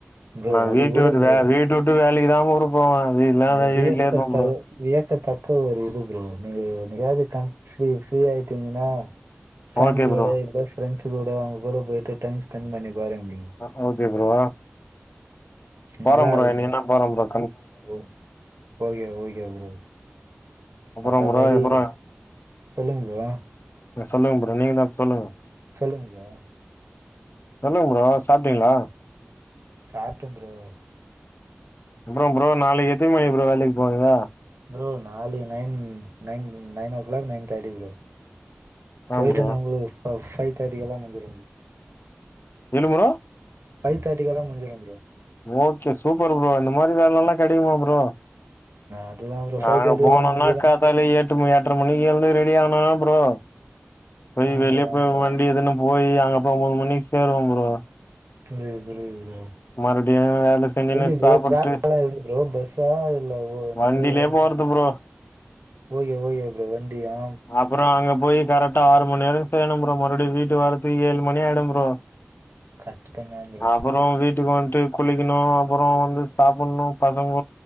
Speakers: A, on the right; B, on the left.
A: ப்ரோ
B: நா
A: அது
B: வீட்டவிட்
A: கூட ப்ரோ
B: வே வீட்டவுட்டு வேலைக் தா ப்ரோ போவ அது இல்லாதய்
A: இந்த வியக்கத்த
B: வீட்லே இர்ப்ப ப்ரோ
A: வியக்கத்தக்க ஒரு இது ஃப்ரோ நீங்க என்னிகாது க ஃப்ரீ ஃப்ரீ ஆயிட்டீங்ன்னா ஃபேமிலியோட
B: ஓகே ப்ரோ
A: இல்ல ஃரெண்ட்ஸ் கூட அவுங்க கூட போயிட்டு டைம் ஸ்பெண்ட் பண்ணி பாருங் ப்ரோ
B: ஓகே ஓகே ஃப்ரோ போறே
A: நல்லா
B: ஃப்ரோ
A: இருக்கு
B: என்னிக்கினா நா போறே ஃப்ரோ
A: ஓ ஓகே ஓகே ஃப்ரோ
B: அப்புறம்
A: மத்த
B: ப்ரோ
A: படி
B: அப்புறம்
A: சொல்லுங்க மேடோ
B: சொல்லுங்க ஃபரோ நீங்க எதாச்சு சொல்லுங்க
A: சொல்லுங்க ஃப்ரோ
B: சொல்லுங்க ஃப்ரோ சாப்ட்டீங்ளா
A: சாப்டே ஃப்ரோ
B: அப்றோ ஃப்ரோ நாளைக்கு எத்தினி மணிக்கு ஃப்ரோ வேலைக்கு போவீங்க
A: ஃப்ரோ நாளை nine nine nine o'clock nine thirty bro
B: ஆ
A: போயிட்டு
B: ப்ரோ
A: நா உங்களுக்கு ஃபை ஃபைவ் தேர்ட்டிக்குலா வந்துருவ
B: எழுமுரா
A: ஃபைவ் தேட்டிக்கெல்லா முடிஞ்சுறு ஃப்ரோ
B: ஓகே சூப்பர் ஃப்ரோ இந்த மாரி வேலலா கெடைக்குமா ஃப்ரோ
A: அதுதா ப்ரோ
B: நாங்க
A: ஃபைவ் தேர்ட்டிக்கெல்லா
B: போனோம்னா
A: முடிஞ்சிரு
B: காத்தால எட் எட்டு மணி எட்டரை மணிக்கு எழுந்து ரெடி ஆனா ஃப்ரோ போய்
A: ஆ
B: வெளியே
A: ப்ரோ
B: போய் வண்டி எதுன்னு போயி அங்கப்போய் ஒன்பது மணிக்கு சேருவ ஃப்ரோ
A: புரியுது புரியுது ஃப்ரோ
B: மறுபடியு வேல செஞ்சுன்னு
A: எப்டி ஃப்ரோ
B: சாப்புட்டு
A: ட்டாவல்லா எப்டி ப்ரோ பஸ்சா இல்ல ஓ
B: வண்டிலயே
A: நீங்களா ஓனா
B: போறது ப்ரோ
A: ஓகே ஓகே அப்றோ வண்டியா
B: அப்றோ அங்க போய் கரெக்டா ஆறு மணி வரையு செய்ணு ப்றோ மறுபடியு வீட்டுக்கு வரத்துக்கு ஏழு மணி ஆயிடு ஃப்ரோ
A: கட்த் கண்ணாலே
B: அப்றோ வீட்டுக்கு வந்துட்டு குளிக்குணு அப்றோ வந்து சாப்புன்ணு பசங்க